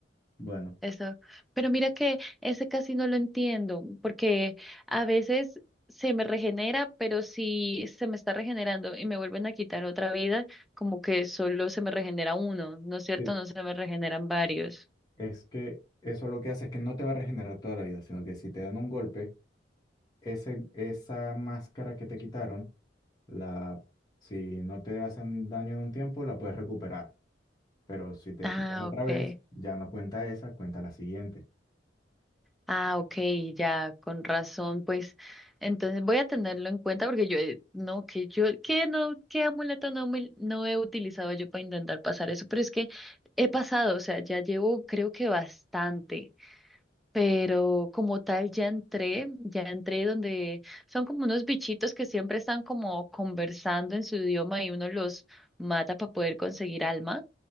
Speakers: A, on the left (about 20°); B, in the centre.
A: Bueno,
B: eso. Pero mira que ese casi no lo entiendo porque a veces se me regenera, pero si se me está regenerando y me vuelven a quitar otra vida, como que solo se me regenera uno, ¿no es cierto?
A: sí,
B: No se me regeneran varios.
A: es que eso lo que hace es que no te va a regenerar toda la vida, sino que si te dan un golpe, ese, esa máscara que te quitaron, la, si no te hacen daño en un tiempo, la puedes recuperar. Pero si te
B: Ah,
A: quitan otra
B: ok.
A: vez, ya no cuenta esa, cuenta la siguiente.
B: Ah, ok, ya, con razón, pues entonces voy a tenerlo en cuenta porque yo, eh, no, que yo, que no, qué amuleto no, mul- no he utilizado yo para intentar pasar eso, pero es que he pasado, o sea, ya llevo creo que bastante, pero como tal ya entré, ya entré donde son como unos bichitos que siempre están como conversando en su idioma y uno los mata para poder conseguir alma.